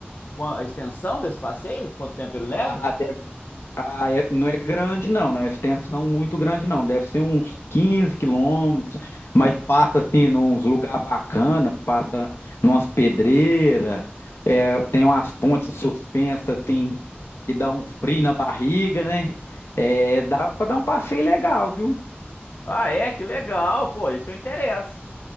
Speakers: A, on the left (about 50°); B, on the left (about 85°).
A: qua- a extensão desse passeio? Quanto tempo ele leva?
B: A, a de- Aí é- não é grande, não, não é uma extensão muito grande, não. Deve ser uns 15 quilômetros, mas passa assim, nos lugar bacana, passa numas pedreiras, é, tem umas pontes suspensas, assim, que dá um frio na barriga, né? É, dá para dar um passeio legal, viu?
A: Ah, é? Que legal, pô. Esse eu interessa.